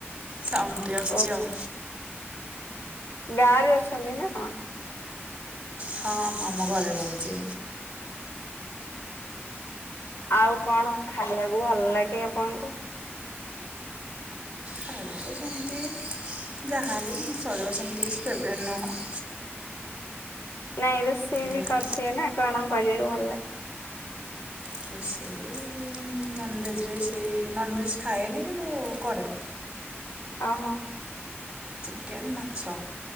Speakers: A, on the right; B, on the left.
A: ସେଉଣ୍ଡଟି ଆସୁଛି
B: ଓ
A: ଆଉ।
B: ଗାଁରେ ଅଛନ୍ତି ନା କଣ?
A: ହଁ ମୁଁ ଆମ ଘରେ ରହୁଛି।
B: ଆଉ କଣ ଖାଇବାକୁ ଭଲ ଲାଗେ ଆପଣଙ୍କୁ?
A: ଖାଇବାକୁ ସେମିତି ଯାହାହେଲେ ଚଳିବ ସେମତି ରେ କିଛି ଫେବୋରାଇଟ ନୁହେଁ।
B: ନାଇଁ ରୋଷେଇ
A: ଯାହା
B: ବି କରିଥିବ ନା କଣ କରିବାେଇକୁ ଭଲ।
A: ତ ସେଇ ନନଭେଜ୍ ସେଇ ନନଭେଜ୍ ଖାଏନି କିନ୍ତୁ କରେ।
B: ଓହୋ।
A: ଚିକେନ୍ ମାଛ